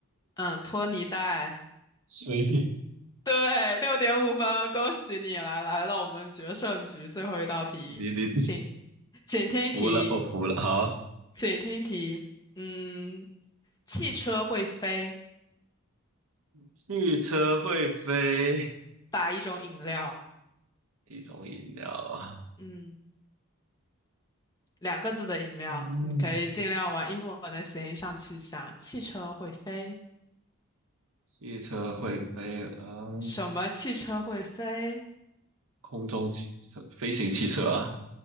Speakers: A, on the left; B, on the right.
A: 嗯，托尼戴。
B: 随以
A: 对，六点五分，恭喜你来来到我们决胜局最后一道题，
B: 你你，
A: 请请听题，
B: 服了，我服了。好，
A: 请听题。嗯，汽车会飞，
B: 汽车会飞，
A: 打一种饮料，
B: 一种饮料啊。
A: 嗯，两个字的饮料，
B: 嗯，
A: 你可以尽量往英文的谐音上去想。汽车会飞，
B: 汽车会飞，嗯，
A: 什么汽车会飞？
B: 空中汽车，飞行汽车啊。